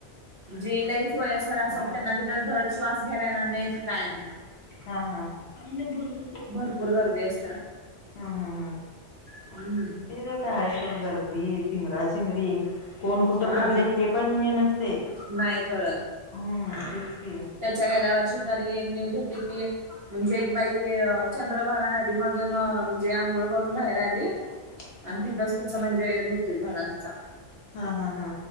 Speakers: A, on the right (about 55°); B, on the left (about 65°).
A: जे लहीच वयस्कर असत
B: बाबा
A: त्यांना
B: देत.
A: तिथं धड श्वास घ्यालायणार न्याय क काय नाही.
B: हा हा आईन बोल. <unintelligible>
A: भरपूर गर्दी असत्या
B: हम हम हम
A: हम्म
B: तर पय सुोड गर्दी चिंगरा चिंगरी. कोण कुठं
A: हा
B: पडले हे पण हे नसते
A: नाही कळत.
B: हम् तेच की.
A: त्याच्या गेल्या वर्षी तरी एक न्यूज होती की. म्हणजे एक बाई चंद्रभागा नदी मधून म्हणजे आंघोळ करून बाहेर आली.
B: <inaudible>
A: आणि तिथच तिचा म्हणजे मृत्यू झाला तिचा.
B: हा हा हा